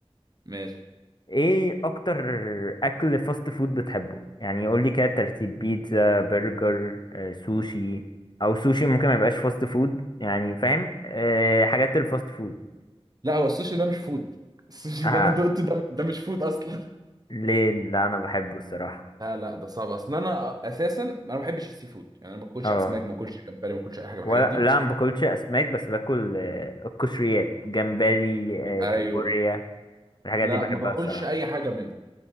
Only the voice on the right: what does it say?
ماشي
لا هو السوشي ده مش فود السوشي
ده انا دقته ده ده مش فود اصلا
لا لا ده صعب اصل انا اساسا انا ما بحبش السي فود يعني انا ما باكلش
اسماك ما باكلش جمبري ما باكلش اي حاجه من
الحاجات دي
ايوه
لا
ما باكلش
اي حاجه منهم